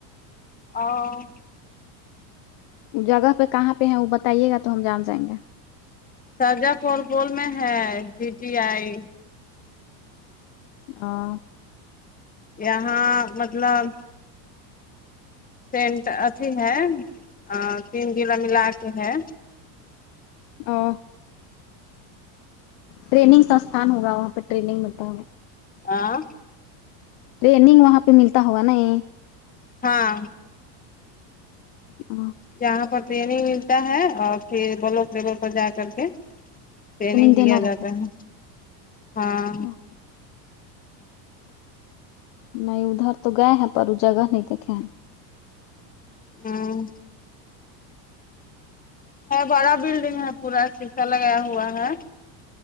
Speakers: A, on the left (about 15°); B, on the left (about 55°).
A: او
B: جگہ پہ کہاں پہ ہے وہ بتائیے گا تو ہم جان جائیں گے
A: سارجہ پول پول میں ہے جی ٹی آئی
B: ہاں
A: یہاں مطلب سینٹ ابھی ہے آں تین جلا ملا کے ہے
B: آں ٹریننگ ستھان ہوگا وہاں پہ ٹریننگ ملتا
A: آاں
B: ٹریننگ وہاں پہ ملتا ہوگا نا ایں
A: ہاں
B: ہمم
A: یہاں پر ٹرینگ ملتا ہے اور پھر بلک جگہ پر جا کر کے ٹریننگ
B: دینا
A: دیا جاتا
B: رہتا
A: ہے ہاں
B: ہے نہیں ادھر تو گئے ہیں پر وہ جگہ نہیں دیکھے ہیں
A: ہمم ہے بڑا بلڈنگ ہے پورا شیشہ لگایا ہوا ہے